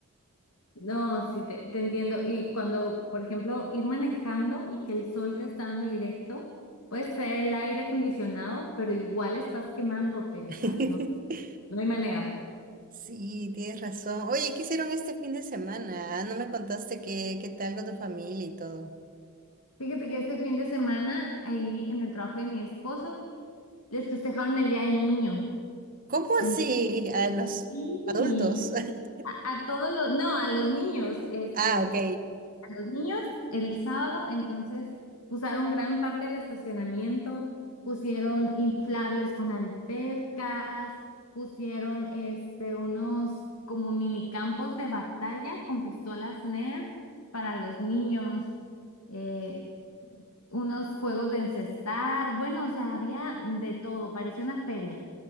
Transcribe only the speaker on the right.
<laughs>
Sí, tienes razón. Oye, ¿qué hicieron este fin de semana? Ah, no me contaste qué, qué tal con tu familia y todo.
¿Cómo
así? A los
adultos. <laughs>
Ah, ok.